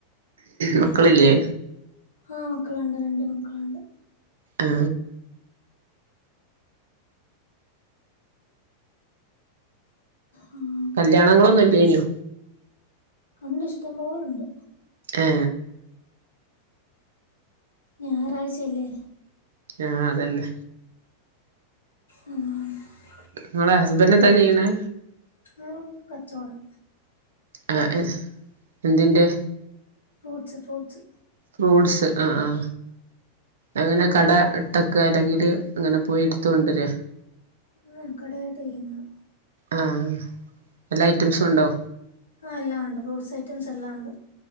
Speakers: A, on the right (about 65°); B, on the left (about 75°).
A: മക്കളില്ലേ
B: ആ മക്കളുണ്ട്, രണ്ട് മക്കളുണ്ട്
A: ആ
B: ഉം <unintelligible>
A: കല്യാണങ്ങളൊന്നും ഇല്ലേ ഇനു
B: ഒണ്ട് ഇഷ്ടം പോോലുണ്ട്
A: ആ
B: ഞായറാഴ്ചല്ലേ
A: ആ, അതന്നെ
B: ഉ <unintelligible>
A: നിങ്ങടെ ഹസ്ബൻഡ് എന്താ ചെയ്യണേ
B: അ, കച്ചോടം
A: ആ ഏ എന്തിന്റെ
B: ഫ്രൂട്സ്, ഫ്രൂസ്
A: ഫ്രൂട്ട്സ് ആ ആ അങ്ങനെ കട ഇട്ടക്ക അല്ലെങ്കിൽ അങ്ങനെ പോയി എടുത്ത കൊണ്ടുവര
B: ആ കടയായിട്ട് ഇരിക്കുന്നത്
A: ആഹ് എല്ലാ ഐറ്റംസും ഉണ്ടോ
B: ആ എല്ലാം ഉണ്ട് ഫ്രൂട്ട്സ് ഐറ്റംസ് എല്ലാം ഉണ്ട്